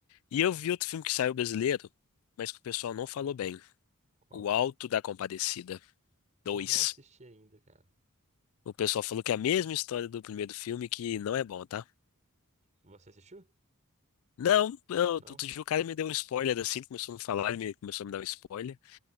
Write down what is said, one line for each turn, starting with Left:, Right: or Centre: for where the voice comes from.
Left: E eu vi outro filme que saiu brasileiro, mas que o pessoal não falou bem.
Right: Qual?
Left: O Alto da Compadecida
Right: Pô,
Left: dois
Right: não assisti ainda, cara.
Left: O pessoal falou que é a mesma história do primeiro filme, que não é bom, tá?
Right: Você assistiu?
Left: Não, não, outro
Right: Não?
Left: dia o cara me deu um spoiler assim, começou a me falar, ele me- começou a me dar um spoiler.